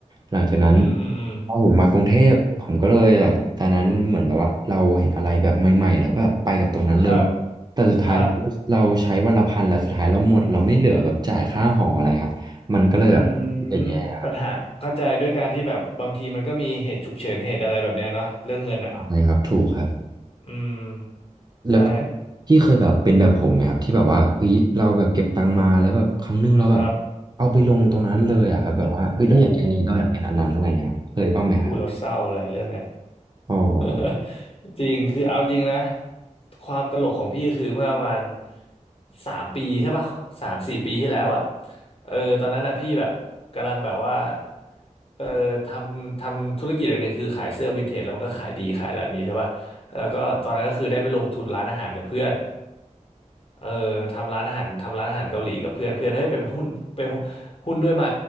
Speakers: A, on the right (about 35°); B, on the left (about 45°).
A: หลังจากนั้น
B: อืมอืมอืม
A: พอผมมากรุงเทพผมก็เลยแบบตอนนั้นเหมือนแบบว่าเราเห็นอะไรแบบใหม่ๆแล้วก็แบบไปกับตรงนั้นเลย
B: ครับ
A: แต่สุดท้าย
B: ครับ
A: เราใช้วันละพันแล้วสุดท้ายเราหมดเราไม่เหลือแบบจ่ายค่าหออะไรครับ มันก็เลยแบบจะแย่ครับ
B: อืมปัญหาเข้าใจด้วยการที่แบบบางทีมันก็มีเหตุฉุกเฉินเหตุอะไรแบบเนี้ยเนาะเรื่องเงินอ่ะ
A: ใช่ครับถูกครับ
B: อืม
A: แล้วพี่พี่เคยแบบเป็นแบบผมไหมครับที่แบบว่าเอ้ยเราแบบเก็บตังค์มาแล้วแบบครั้งหนึงเราแบบ
B: ใช่ครับ
A: เอาไปลงตรงนั้นเลยอะครับแบบว่าเอ้ยเราอยากเป็นอันนี้เราอยากเป็นอันนั้นอะไรอย่างเงี้ยครับเคยบ้างไหมครับ
B: โอ้พูดแล้วเศร้าเลยเรื่องเนี้ย
A: โอ้โห
B: <laughs> จริงคือเอาจริงนะความตลกของพี่คือเมื่อประมาณสามปีใช่ปะสามสี่ปีที่แล้วอะเออตอนนั้นอะพี่แบบกำลังแบบว่าเออทำทำธุรกิจอย่างหนึ่งคือขายเสื้อวินเทจแล้วมันก็ขายดีขายอะไรแบบนี้ใช่ปะแล้วก็ตอนนั้นก็คือได้ไปลงทุนร้านอาหารกับเพื่อน เออทำร้านอาหารทำร้านอาหารเกาหลีกับเพื่อนเพื่อนเฮ้ยไปไปหุ้นไปหุ้นด้วยไหม